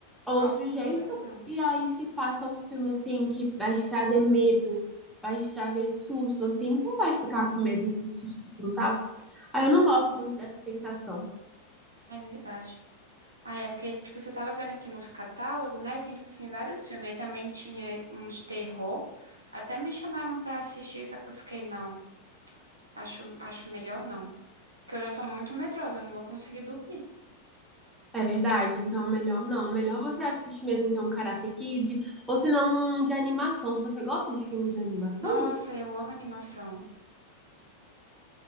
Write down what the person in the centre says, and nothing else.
outro
jeito.
E aí se passa um filme assim que vai te trazer medo, vai te trazer susto, assim, você vai ficar com medo e com susto, sim, sabe?
Aí eu não gosto muito dessa sensação.
É verdade, então melhor não. Melhor você assistir mesmo então Karate Kid, ou se não um de animação. Você gosta de filme de animação?